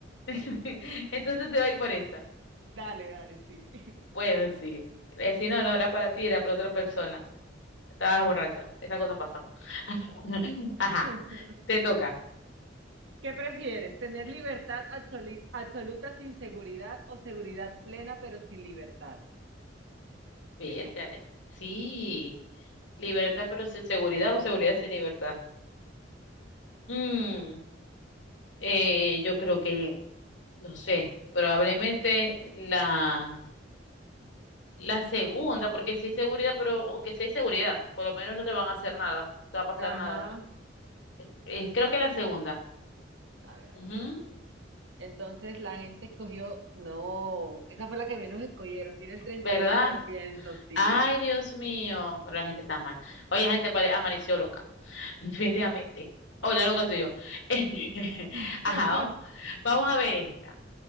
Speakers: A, on the left (about 85°); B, on the right (about 70°).
A: <laughs> Entonces te voy por esa.
B: Dale, dale, sí.
A: Bueno, sí. Eh, Si no, no era para ti, era para otra persona. Estabas borracha. Esa cosa pasa. <laughs> Ajá.
B: <laughs>
A: Te toca.
B: ¿Qué prefieres? ¿Tener libertad absoli- absoluta sin seguridad o seguridad plena pero sin libertad?
A: Vértale.
B: Difícil.
A: Sí. Libertad pero sin seguridad o seguridad sin libertad. Mm, eh, yo creo que, no sé, probablemente la, la segunda, porque sí hay seguridad, pero aunque sí hay seguridad, por lo menos no te van a hacer nada, no te va a pasar
B: Ajá,
A: nada. Eh, eh, creo que la segunda.
B: dale,
A: Ujú,
B: dale. Entonces la gente escogió, no, esa fue la que menos escogieron, tiene el treinta
A: ¿Verdad?
B: y ocho por ciento, sí.
A: Ay, Dios mío, pero la gente está mal. Oye, la gente pare- amaneció loca, <laughs> definitivamente. O la loca soy yo. Este,
B: <laughs>
A: <laughs> Ajá, vamos, vamos a ver esta.